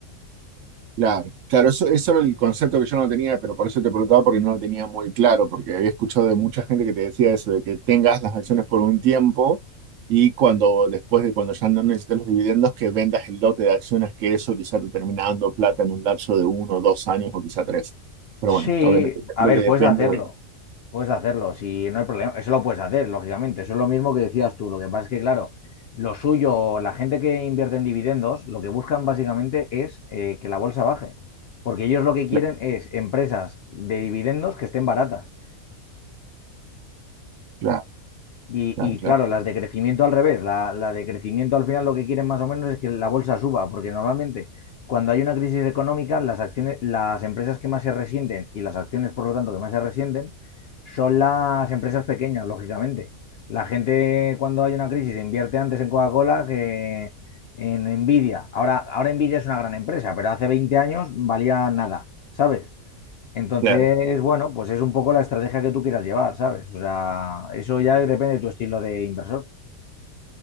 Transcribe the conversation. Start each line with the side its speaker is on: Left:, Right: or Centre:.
Right: Claro, claro, eso, eso era el concepto que yo no tenía, pero por eso te preguntaba porque no lo tenía muy claro, porque había escuchado de mucha gente que te decía eso, de que tengas las acciones por un tiempo y cuando después de cuando ya no necesites los dividendos, que vendas el lote de acciones, que eso quizá te termina dando plata en un lapso de uno, dos años o quizá tres. Pero
Left: Sí,
Right: bueno, obviamente
Left: a
Right: creo
Left: ver,
Right: que depende
Left: puedes hacerlo.
Right: de...
Left: Puedes hacerlo, si no hay problema, eso lo puedes hacer, lógicamente. Eso es lo mismo que decías tú. Lo que pasa es que, claro, lo suyo, la gente que invierte en dividendos, lo que buscan básicamente es eh, que la bolsa baje. Porque ellos lo que quieren
Right: Claro,
Left: es empresas de dividendos que estén baratas.
Right: claro,
Left: Y,
Right: claro,
Left: y
Right: claro.
Left: claro, las de crecimiento al revés, la, la de crecimiento al final lo que quieren más o menos es que la bolsa suba, porque normalmente cuando hay una crisis económica, las acciones, las empresas que más se resienten y las acciones, por lo tanto, que más se resienten, son las empresas pequeñas, lógicamente. La gente cuando hay una crisis invierte antes en Coca-Cola que en Nvidia. Ahora, ahora Nvidia es una gran empresa, pero hace 20 años valía nada, ¿sabes? Entonces,
Right: claro.
Left: bueno, pues es un poco la estrategia que tú quieras llevar, ¿sabes? O sea, eso ya depende de tu estilo de inversor.